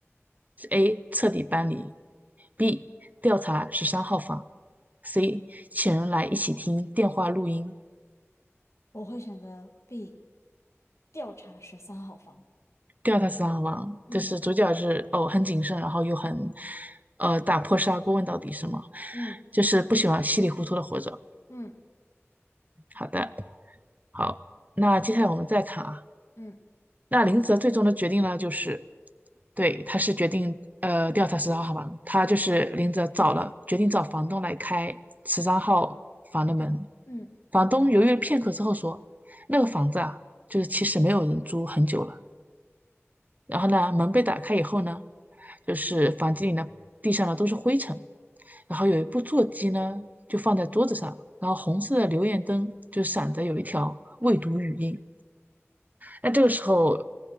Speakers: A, on the right; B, on the left.
A: 是 A 彻底搬离，B 调查十三号房，C 请人来一起听电话录音。
B: 我会选择 B，调查十三号房。
A: 调查十三号房就是主角是哦很谨慎，
B: 嗯
A: 然后又很呃打破砂锅问到底是吗？
B: 嗯
A: 就是不喜欢稀里糊涂的活着。
B: 嗯
A: 好的，好，那接下来我们再看啊，
B: 嗯
A: 那林泽最终的决定呢，就是对，他是决定呃调查十三号房，他就是林泽找了决定找房东来开十三号房的门，
B: 嗯，
A: 房东犹豫了片刻之后说，那个房子啊，就是其实没有人租很久了。然后呢，门被打开以后呢，就是房间里呢，地上呢都是灰尘，然后有一部座机呢就放在桌子上，然后红色的留言灯就闪着有一条未读语音。那这个时候，